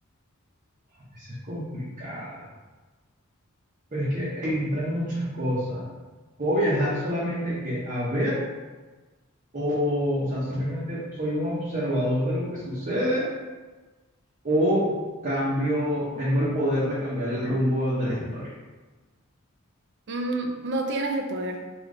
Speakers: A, on the right (about 35°); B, on the right (about 55°).
A: veces es complicada. Pero es que entran muchas cosas. ¿Puedo viajar solamente que a ver? O, o sea, simplemente soy un observador de lo que sucede. O cambio, tengo el poder de cambiar el rumbo de la historia.
B: Mm, no tienes el poder,